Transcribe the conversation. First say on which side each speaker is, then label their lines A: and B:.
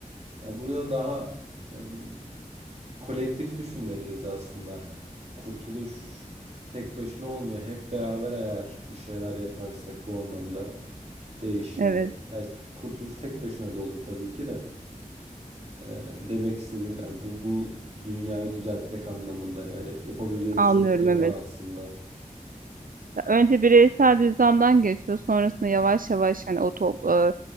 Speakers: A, on the right; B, on the right.
A: Ya burada daha em, kolektif düşünmeliyiz aslında. Kurtuluş tek başına olmuyor. Hep beraber eğer bir şeyler yaparsak bu anlamda değişim
B: Evet,
A: olur. Yani kurtuluş tek başına da olur tabii ki de. E, demek istediğim yani bu bu dünyayı düzeltmek anlamında yani yapabileceğimiz
B: anlıyorum
A: çok şey
B: evet.
A: var aslında.
B: Önce bireysel düzlemden geçiyor. Sonrasında yavaş yavaş hani o top, e,